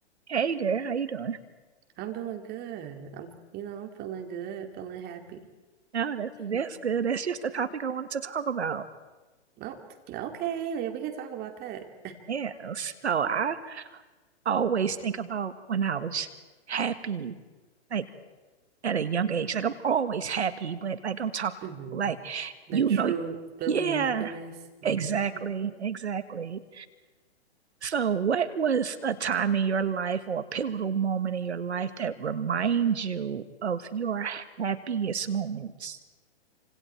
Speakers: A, on the right (about 70°); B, on the right (about 30°).
A: Hey girl, how you doing?
B: I'm doing good. I'm, you know, I'm feeling good, feeling happy.
A: Oh, that's that's
B: <laughs>
A: good. That's just the topic I wanted to talk about.
B: Oh, okay. Yeah, we can talk about that.
A: Yeah. So I always think about when I was happy, like at a young age. Like I'm always happy, but like I'm talking
B: <laughs> hmm
A: like
B: That
A: you
B: true
A: know,
B: feeling
A: yeah,
B: of happiness. hmm
A: exactly, exactly. So what was a time in your life or a pivotal moment in your life that reminds you of your happiest moments?